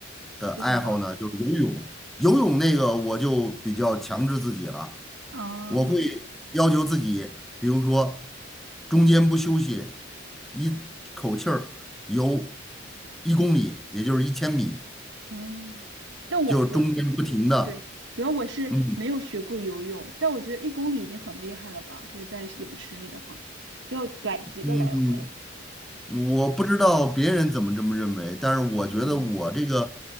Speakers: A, in the centre; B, on the right.
A: 的爱好呢，
B: 这什么？
A: 就是游泳。游泳那个我就比较强制自己了，
B: 啊
A: 我会要求自己，比如说中间不休息，一口气儿游一公里，也就是一千米，
B: 嗯，但我我
A: 就中间不停的，
B: 对，主要我是没有学过游泳，
A: 嗯
B: 但我觉得一公里已经很厉害了吧，就是在泳池里的话，就要来几个来回。
A: 嗯，我不知道别人怎么这么认为，但是我觉得我这个
B: 嗯